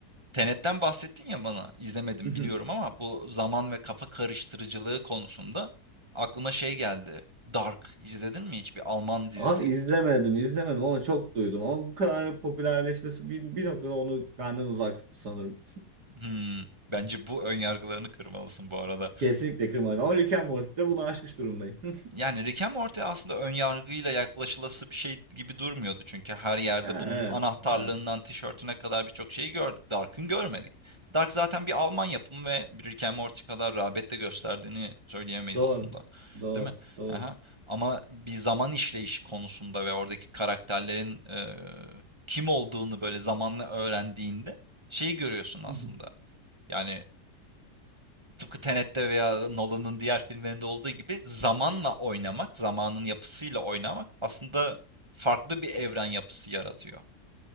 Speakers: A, on the right; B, on the right.
A: Tenet'ten bahsettin ya bana. izlemedim
B: <laughs>
A: biliyorum ama bu zaman ve kafa karıştırıcılığı konusunda aklıma şey geldi. Dark izledin mi hiç? Bir Alman dizisi.
B: Abi izlemedim, izlemedim ama çok duydum. Ama bu kadar popülerleşmesi bir, bir noktada onu benden uzak tuttu sanırım.
A: Hmm, bence bu ön yargılarını kırmalısın bu arada.
B: Kesinlikle kırmadım. Ama Rick and Morty'de bunu aşmış durumdayım. <laughs>
A: Yani Rick and Morty aslında önyargıyla yaklaşılası bir şey gibi durmuyordu. Çünkü her yerde
B: Ha,
A: bunun
B: Evet,
A: anahtarlığından
B: evet.
A: tişörtüne kadar birçok şeyi gördük. Dark'ın görmedik. Dark zaten bir Alman yapımı ve bir Rick and Morty kadar rağbet de gösterdiğini söyleyemeyiz
B: Doğru.
A: aslında.
B: Doğru,
A: Değil mi?
B: doğru.
A: Aha. Ama bir zaman işleyişi konusunda ve oradaki karakterlerin eee, kim olduğunu böyle zamanla öğrendiğinde şeyi görüyorsun aslında.
B: <laughs>
A: Yani tıpkı Tenet'te veya Nolan'ın diğer filmlerinde olduğu gibi zamanla oynamak, zamanın yapısıyla oynamak aslında farklı bir evren yapısı yaratıyor.